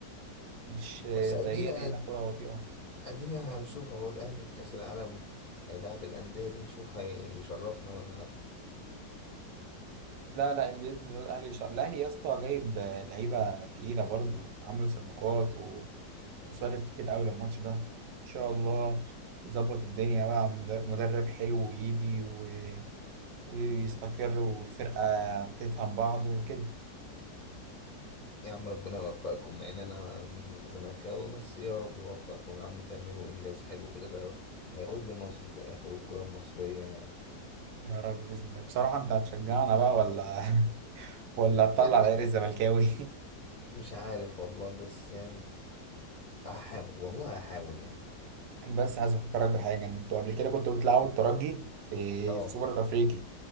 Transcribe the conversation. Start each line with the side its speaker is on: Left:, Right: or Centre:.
Right: مش
Left: بس ادينا
Right: زينا هنا كره بطيئه
Left: ادينا هنشوف اهو الاهلي في كاس العالم هيلاعب الانديه دي شوف هيشرفنا ولا لا
Right: لا لا باذن الله الاهلي شا... الاهلي يا اسطى جايب آه، لعيبه تقيله برضو عامل صفقات و... وصرف كتير قوي للماتش ده ان شاء الله يظبط الدنيا بقى مدر- مدرب حلو يجي و... ويستقر والفرقه تفهم بعض وكده
Left: يا عم ربنا يوفقكم مع ان انا م- زملكاوي بس يا رب يوفقكم يا عم وتعملوا انجاز حلو كده ده هيعود لمصر في الاخر والكره المصريه يعني
Right: يا رب باذن الله بصراحه انت هتشجعنا بقى ولا <laughs> ولا هتطلع
Left: يعني
Right: العير
Left: ب-
Right: الزملكاوي
Left: مش عارف والله بس يعني هحاول والله هحاول يعني
Right: <laughs> انا بس عايز افكرك بحاجه انتوا قبل كده كنتوا بتلعبوا الترجي في
Left: اه
Right: السوبر الافريقي